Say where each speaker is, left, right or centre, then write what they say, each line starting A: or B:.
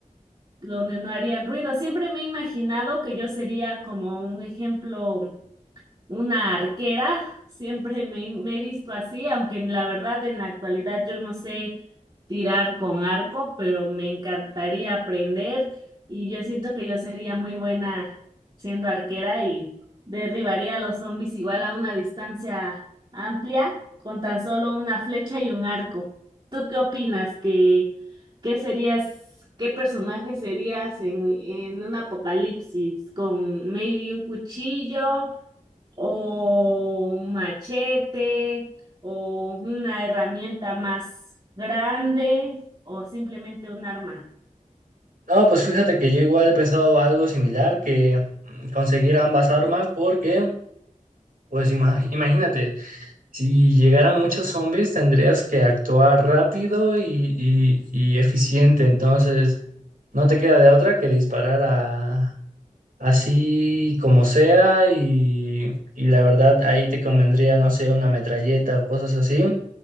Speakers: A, on the right; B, on the right.
A: donde no harían ruido. Siempre me he imaginado que yo sería como un ejemplo una arquera, siempre me, me he visto así, aunque en la verdad en la actualidad yo no sé tirar con arco, pero me encantaría aprender y yo siento que yo sería muy buena siendo arquera y derribaría a los zombies igual a una distancia amplia con tan solo una flecha y un arco. ¿Tú qué opinas? ¿Qué, qué serías, qué personaje serías en, en un apocalipsis? ¿Con maybe un cuchillo? o un machete o una herramienta más grande o simplemente un arma.
B: No, pues fíjate que yo igual he pensado algo similar que mm, conseguir ambas armas porque, pues ima- <laughs> imagínate, si llegaran muchos zombies tendrías que actuar rápido y, y y eficiente, entonces no te queda de otra que disparar a así como sea y, y la verdad ahí te convendría, no sé, una metralleta o cosas así.